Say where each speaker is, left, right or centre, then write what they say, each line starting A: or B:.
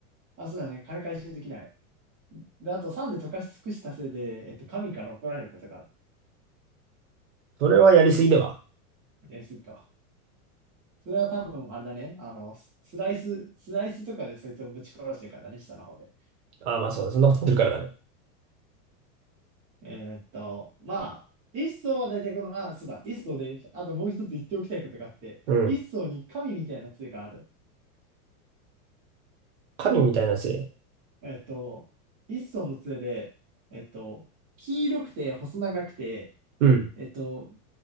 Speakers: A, on the right (about 20°); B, on the right (about 50°).
A: あ、そうだね。金回収できない。で、あとサンで溶かし尽くしたせいで、えっと、神から怒られることがある。
B: それはやりすぎでは。
A: やりすぎか。それは多分、あれだね。あの、ススライス、スライスとかでそいつをぶち殺してるからね、下の方で。
B: ああ、まあそうだ。そんなことするからだね。
A: えーっと、まあ、一層は大体この、あ、そうだ、一層で、あともう一つ言っておきたいことがあって、
B: うん。
A: 一層に神みたいな杖がある。
B: 神みたいなせい。
A: えっと、一層の杖で、えっと、黄色くて細長くて、
B: うん。
A: えっと、